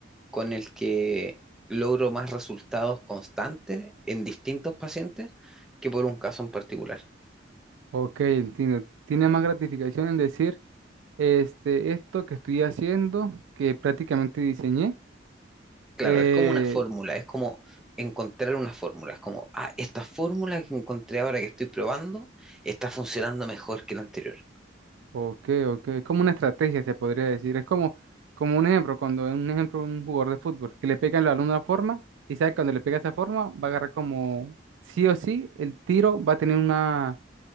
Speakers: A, in the centre; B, on the right (about 85°).
A: con el que logro más resultados constantes en distintos pacientes que por un caso en particular.
B: Ok, entiendo. Tiene más gratificación en decir, este, esto que estoy haciendo, que prácticamente diseñé.
A: Claro,
B: eh,
A: es como una fórmula, es como encontrar una fórmula, es como, ah, esta fórmula que encontré ahora que estoy probando está funcionando mejor que la anterior.
B: ok, ok. Es como una estrategia, se podría decir. Es como, como un ejemplo, cuando un ejemplo un jugador de fútbol, que le pega el balón de una forma, y sabe que cuando le pega esa forma, va a agarrar como sí o sí, el tiro va a tener una